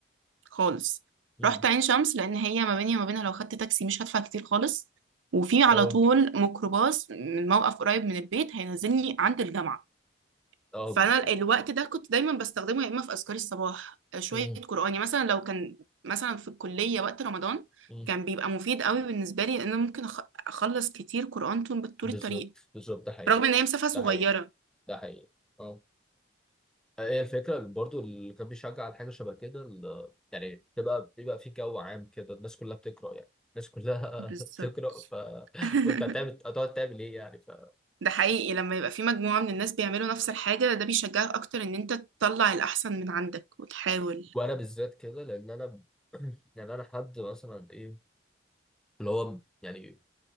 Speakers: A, on the right (about 85°); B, in the centre.
A: خالص
B: مم.
A: رحت عين شمس لان هي ما بيني وما بينها لو خدت تاكسي مش هدفع كتير خالص وفي على
B: اه
A: طول ميكروباص من موقف قريب من البيت هينزلني عند الجامعه
B: اه
A: فانا
B: يعني
A: الوقت ده كنت دايما بستخدمه يا اما في اذكار الصباح آه، شويه
B: مم.
A: قران يعني مثلا لو كان مثلا في الكليه وقت رمضان
B: مم.
A: كان بيبقى مفيد قوي بالنسبه لي لان أنا ممكن أخ- اخلص كتير قران طول طول
B: بالظبط
A: الطريق
B: بالظبط ده حقيقي
A: رغم ان هي مسافه صغيره
B: ده حقيقي ده حقيقي اه هي الفكرة اللي برضو اللي كان بيشجع على حاجة شبه كده ال- يعني بيبقى بيبقى في جو عام كده الناس كلها بتقرأ يعني الناس كلها
A: بالظبط
B: <laughs> بتقرأ ف...
A: <laughs>
B: فأنت هتعمل هتقعد تعمل إيه يعني ف...
A: ده حقيقي لما يبقى في مجموعه من الناس بيعملوا نفس الحاجه ده بيشجعك اكتر ان انت تطلع الاحسن من عندك وتحاول
B: وأنا بالذات كده لأن أنا <clears throat> يعني أنا حد مثلا إيه اللي هو يعني